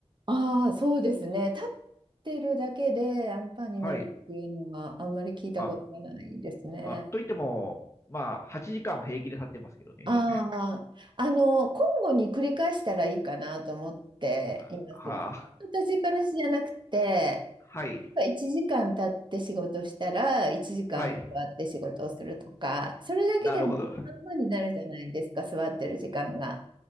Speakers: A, on the right; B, on the left.
A: ああ、そうですね。立ってるだけでアンパンになるっていうのはあんまり聞いたことがないですね。
B: はい。あ、あ、と言っても、まあ、8時間は平気で経ってますけどね。
A: ああ、あの、交互に繰り返したらいいかなと思っています。
B: <laughs> はあ、
A: ずっと立ちっぱなしじゃなくて、
B: はい、
A: 1時間経って仕事したら1時間座って仕事をするとか、
B: はい。
A: それだけでも半分になるじゃないですか、
B: なるほど。
A: 座ってる時間が。